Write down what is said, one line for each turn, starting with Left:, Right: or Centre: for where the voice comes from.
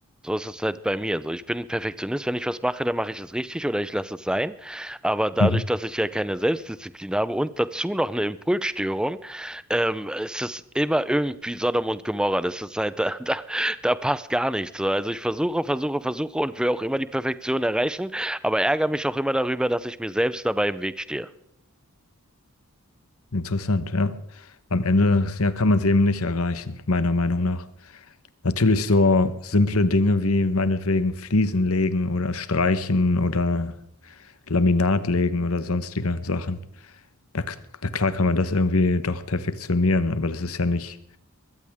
Centre: So ist es halt bei mir. So, ich bin ein Perfektionist. Wenn ich was mache, dann mache ich es richtig oder ich lasse es sein. Aber dadurch,
Left: Mhm.
Centre: dass ich ja keine Selbstdisziplin habe und dazu noch eine Impulsstörung, ähm, ist es immer irgendwie Sodom und Gomorra. Das ist halt, <laughs> da, da, da passt gar nichts. So, also ich versuche, versuche, versuche und will auch immer die Perfektion erreichen, aber ärgere mich auch immer darüber, dass ich mir selbst dabei im Weg stehe.
Left: Interessant, ja. Am Ende, ja, kann man es eben nicht erreichen, meiner Meinung nach. Natürlich so simple Dinge wie meinetwegen Fliesen legen oder streichen oder Laminat legen oder sonstige Sachen. Na, k- na klar kann man das irgendwie doch perfektionieren, aber das ist ja nicht